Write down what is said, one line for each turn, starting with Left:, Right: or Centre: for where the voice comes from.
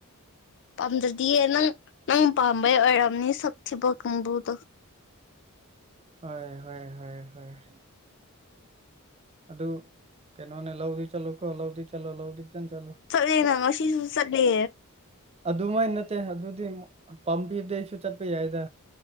Left: ꯄꯥꯝꯗ꯭ꯔꯗꯤꯌꯦ ꯅꯪ ꯅꯪ ꯄꯥꯝꯕꯩ ꯑꯣꯏꯔꯝꯅꯤ ꯁꯛ ꯊꯤꯕ ꯀꯥꯡꯕꯨꯗꯣ
Right: ꯍ ꯍ ꯍ ꯍ ꯍꯣꯏ ꯑꯗꯨ ꯀꯩꯅꯣꯅꯦ ꯂꯧꯗꯤ ꯆꯠꯂꯣ ꯀꯣ ꯂꯧꯗꯤ ꯆꯠꯂꯣ ꯂꯧꯗꯤ ꯈꯤꯇꯪ ꯆꯠꯂꯣ
Left: ꯆꯠꯂꯦꯅꯪꯉ ꯁꯤꯁꯨ ꯆꯠꯂꯦ
Right: ꯑꯗꯨꯃꯥꯏꯅ ꯅꯠꯇꯦ ꯑꯗꯨꯗꯤ ꯄꯥꯝꯕꯤꯕꯗꯩ ꯑꯩꯁꯨ ꯆꯠꯄ ꯌꯥꯏꯗ